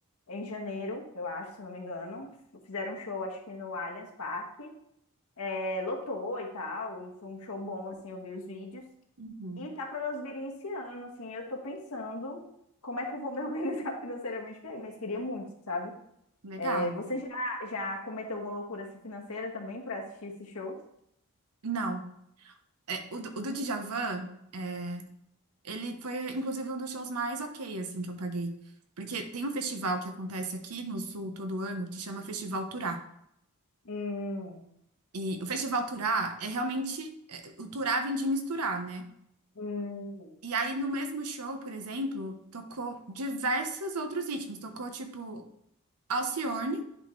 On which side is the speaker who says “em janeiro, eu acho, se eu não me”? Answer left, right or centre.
Left